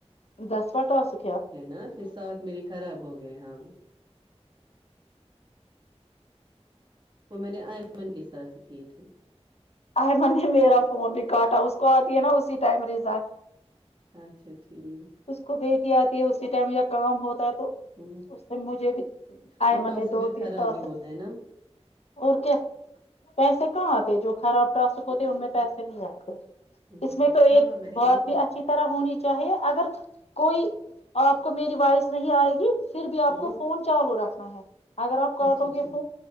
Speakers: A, on the left; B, on the right.
A: دسواٹوا سک
B: ہے نا پھر ساتھ میرے خراب ہو گئے ہاں وہ میں نے آئمن کے ساتھ ہی کیے تھے
A: ا منی میرا فون بھی کاٹا کو آتی ہے نا اسی ٹائم رزا
B: اچھا ٹھیک
A: اس کو بیٹیا اسی ٹائم یا کام ہوتا ہے تو
B: ہ
A: اس سے مجھے بھی آئے
B: وہ
A: من
B: توصویر
A: نے دو تین
B: خراب
A: ٹاسک
B: ہی ہوتا ہے نا
A: اور کیا پیسے کہاں آتے جو خراب ٹاسک ہوتے ان میں پیسے نہیں آتے
B: ہوں
A: اس میں تو ایک
B: ہاں ہاں میں نے
A: بہت
B: دیکھا
A: بھی اچھی طرح ہونی چاہ چاہے اگر کوئی آپ کو میری وائس نہیں آئے گی پھر بھی آپ
B: ہوں
A: کو فون چالو رکھ ہاں <unintelligible> اگر آپ کا
B: اچھا
A: آٹو کے
B: ٹھیک
A: ف